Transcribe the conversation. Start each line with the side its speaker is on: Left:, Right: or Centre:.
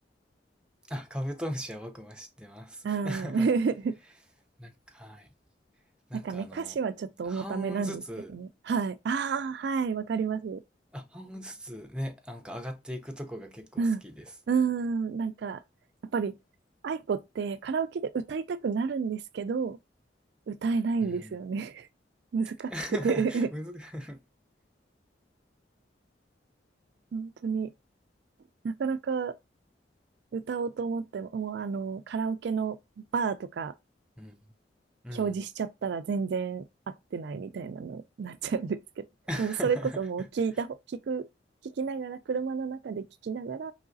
Centre: あ、カブトムシは僕も知ってます。
Right: うん。
Centre: <laughs>
Right: <laughs>
Centre: なんか、はい。なんかあの、
Right: なんかね、歌詞はちょっと重ためなんですけどね。
Centre: 半音ずつ、
Right: はい。ああ、はい、わかります。
Centre: あ、半音ずつね、なんか上がっていくとこが結構好きです。
Right: うん。うーん、なんか、やっぱり、愛子ってカラオケで歌いたくなるんですけど、歌えないんですよね。
Centre: うん。
Right: <laughs> 難しくて
Centre: <laughs> むず <laughs>
Right: 本当になかなか歌おうと思っても、もうあの、カラオケのバーとか
Centre: うん。うん。
Right: 表示しちゃったら全然合ってないみたいなのになっちゃうんですけど、
Centre: <laughs>
Right: もうそれこそもう聞いた聞く、聞きながら、車の中で聞きながら